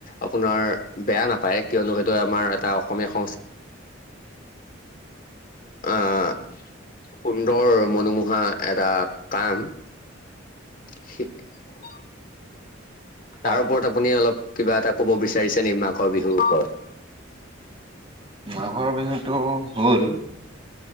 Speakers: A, on the left; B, on the right.
A: আপোনাৰ বেয়া নাপায় কিয়নো সেইটো আমাৰ এটা অসমীয়া উ আহ সুন্দৰ মনোমোহা এটা কাম <unintelligible>
B: হয়
A: তাৰ ওপৰত আপুনি অলপ কিবা এটা ক'ব বিচাৰিছে নে মাক। অ বিহুৰ ওপৰত
B: মাঘৰ বিহুটো হল